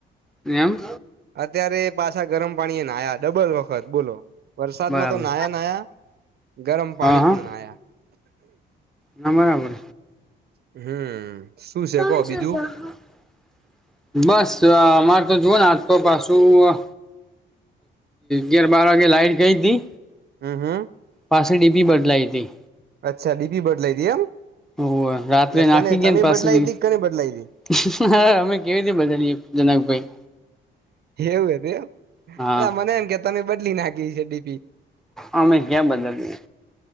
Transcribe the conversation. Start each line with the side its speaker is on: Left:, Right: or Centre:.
Centre: એમ?
Right: અત્યારે પાછા ગરમ પાણી એને આયા ડબલ વખત બોલો. વરસાદમાં
Centre: બરાબર
Right: તો નાયા નાયા, ગરમ પાણી
Centre: હા હા
Right: પણ નાયા.
Centre: ના બરાબર.
Right: હમ. શું છે
Centre: ત જાલ્યા
Right: કો બીજું
Centre: હ <unintelligible> બસ અમારે તો જુઓ ને આજ તો પાછું ગેર બાર વાગે લાઈટ ગઈ હતી.
Right: હમ હમ.
Centre: પાસેડી બી બદલાઈ હતી.
Right: અચ્છા ડીપી બદલાઈ દઈ એમ
Centre: હોવે રાત્રે
Right: એટલે
Centre: નાખી
Right: કને
Centre: ગયા
Right: તમે
Centre: ને પાસે
Right: બદલાઈ
Centre: દિવસે
Right: તી કને બદલાઈ
Centre: હા અમે કેવી રીતે બદલીએ જનકભાઈ
Right: એવું હતું એમ
Centre: હા
Right: અલા મને એમ કે તમે બદલી નાખી છે ડીપી
Centre: અમે કયા બદલીએ